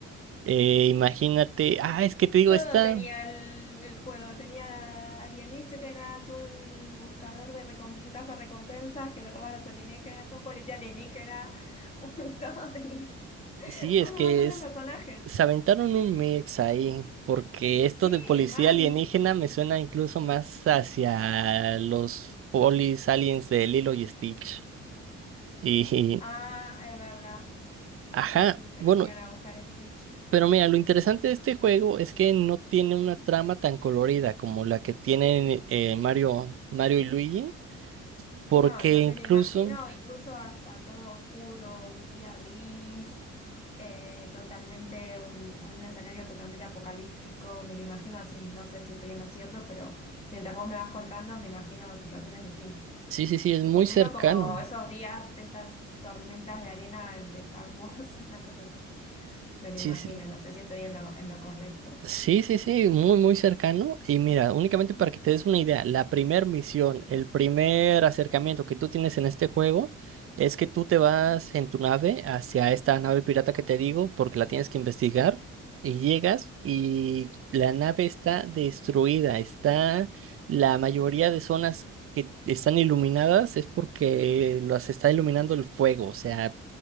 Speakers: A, on the right (about 45°); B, on the left (about 20°).
A: Eh, imagínate, ah, es que te digo,
B: Todo
A: esta,
B: tenía el, el juego. Tenía alienígenas, un buscador de recom- un recompensas que le robaba a los alienígenas, un policía alienígena, un- <laughs> todo tenía.
A: sí, es
B: Un
A: que
B: montón
A: es,
B: de personajes.
A: se aventaron un mix ahí, porque esto
B: Sí,
A: de policía
B: mal.
A: alienígena me suena incluso más hacia los polis aliens de Lilo y Stitch. Y,
B: Ah, es verdad.
A: ajá,
B: Sí, sí, que
A: bueno,
B: venían a buscar a Stitch.
A: pero mira, lo interesante de este juego es que no tiene una trama tan colorida como la que tienen eh, Mario, Mario y Luigi. porque
B: No, no,
A: incluso,
B: me lo imagino incluso hasta todo oscuro, un día gris, eh, totalmente, un, un escenario totalmente apocalíptico, me lo imagino así, no sé si estoy en lo cierto, pero mientras vos me vas contando, me imagino situaciones así.
A: sí, sí, sí, es muy
B: Con
A: cercano.
B: medio como esos días de estas tormentas de arena de Star Wars, <laughs> una cosa así. Me lo
A: Sí,
B: imagino,
A: sí.
B: no sé si estoy en lo, en lo correcto.
A: Sí, sí, sí, muy, muy cercano. Y mira, únicamente
B: Ujú.
A: para que te des una idea, la primer misión, el primer acercamiento que tú tienes en este juego es que tú te vas en tu nave hacia esta nave pirata que te digo, porque la tienes que investigar y llegas y la nave está destruida, está la mayoría de zonas que están iluminadas es porque las está iluminando el fuego, o sea,